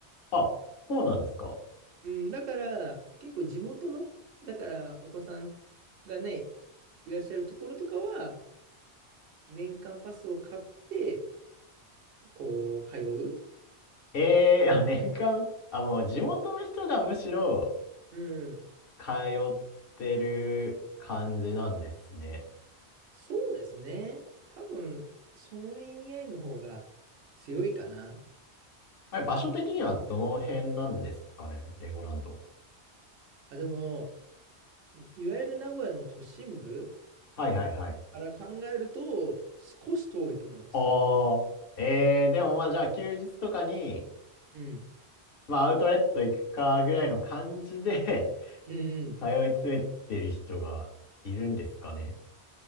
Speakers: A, on the left; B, on the right.
A: あ、そうなんですか。
B: うん、だから、結構地元の、だから、お子さんがね、いらっしゃるところとかは、年間パスを買って、こう、通う。
A: ええーあ、年間、あ、もう地元の人がむしろ
B: うん。
A: 通ってる感じなんですね。
B: そうですね。多分、その意味合いの方が強いかな。
A: あれ、場所的にはどの辺なんですかね、レゴランド。
B: あ、でも、いわゆる名古屋の都心部
A: はいはいはい。
B: から考えると、少し遠いと思います。
A: ああ、ええでもまあじゃあ休日とかに、
B: うん。
A: まあアウトレット行くかぐらいの感じで
B: うんうん。
A: <laughs> 通い詰めてる人がいるんですかね。